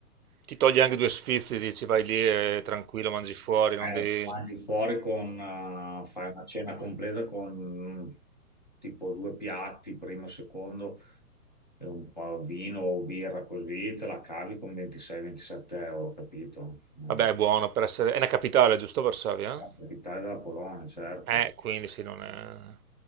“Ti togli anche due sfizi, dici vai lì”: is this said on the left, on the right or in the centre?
Right